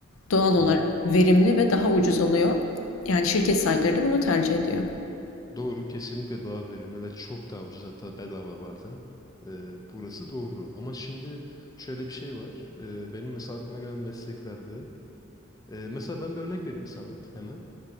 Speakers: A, on the left; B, on the left.
A: Doğal olarak
B: Hı hı.
A: verimli ve daha ucuz oluyor. Yani şirket sahipleri de bunu tercih ediyor.
B: Doğru, kesinlikle daha verimli ve çok daha ucuz hatta bedava bazen. Eee, burası doğru. Ama şimdi şöyle bir şey var. Eee, benim mesela aklıma gelen mesleklerde, eee, mesela ben bir örnek vereyim sana hemen.